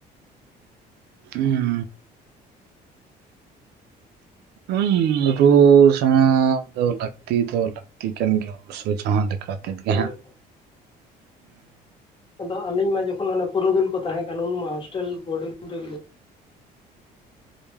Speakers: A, on the right; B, on the left.
A: ᱦᱩᱸ ᱦᱮᱸ ᱨᱩ ᱥᱮᱬᱟ ᱫᱚ ᱞᱟᱹᱠᱛᱤ ᱫᱚ ᱞᱟᱹᱠᱛᱤ ᱠᱟᱱ ᱜᱮᱭᱟ ᱚᱵᱚ ᱞᱮᱠᱟᱛᱮᱫ
B: ᱚᱱᱠᱟ
A: ᱜᱮ ᱦᱟᱸᱜ
B: ᱞᱮᱠᱟ ᱟᱫᱚ ᱟᱹᱞᱤᱧ ᱢᱟ ᱡᱚᱠᱷᱚᱱ ᱚᱱ ᱯᱩᱨᱩᱫᱩᱞ ᱠᱚ ᱛᱟᱦᱮᱸ ᱠᱟᱱ ᱩᱱᱢᱟ ᱦᱳᱥᱴᱮᱞ ᱵᱳᱰᱤᱝ ᱨᱮᱜ